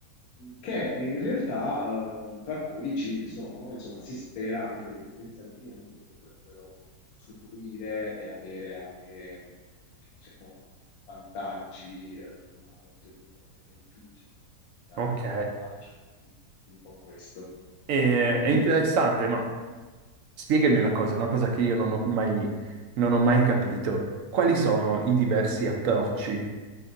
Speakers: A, on the left (about 65°); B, on the right (about 65°).
A: che in realtà, eh, tra cui ci sono, insomma, si spera anche dei potenziali clienti che potrebbero usufruire e avere anche, diciamo, vantaggi, eh, ma oltretutto anche benefici da
B: ok.
A: quello che faccio. Un po' questo.
B: E-
A: E
B: è
A: tu?
B: interessante, ma spiegami una cosa, una cosa che io non ho mai, non ho mai capito. Quali sono i diversi approcci